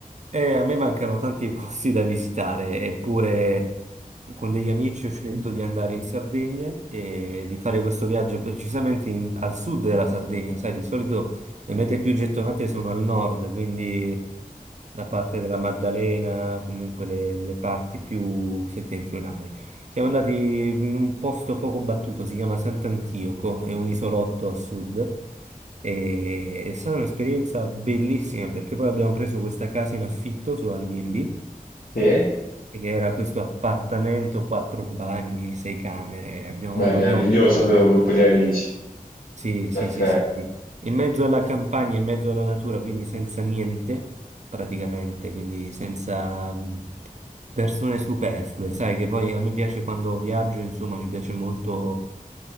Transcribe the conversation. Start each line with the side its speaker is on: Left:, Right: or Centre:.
Right: Eh, a me mancano tanti <laughs> posti da visitare, eppure con degli amici ho scelto di andare in Sardegna e di fare questo viaggio precisamente in- al sud della Sardegna. Sai, di solito le mete più gettonate sono al nord, quindi la parte della Maddalena, comunque le, le parti più settentrionali. Siamo andati in un posto poco battuto, si chiama Sant'Antioco, è un isolotto a sud. E è stata un'esperienza bellissima perché poi abbiamo preso questa casa in affitto su Airbnb,
Left: Sì? Beh,
Right: che era questo appartamento, quattro bagni, sei camere. Abbiamo,
Left: meraviglioso
Right: lo abbiamo fatto.
Left: per un gruppo di amici.
Right: Sì,
Left: Perfetto,
Right: sì, sì, sì, sì. In mezzo alla campagna, in mezzo alla natura, quindi senza niente, praticamente, quindi senza mh, persone superflue. Sai che poi a me piace quando viaggio, insomma, mi piace molto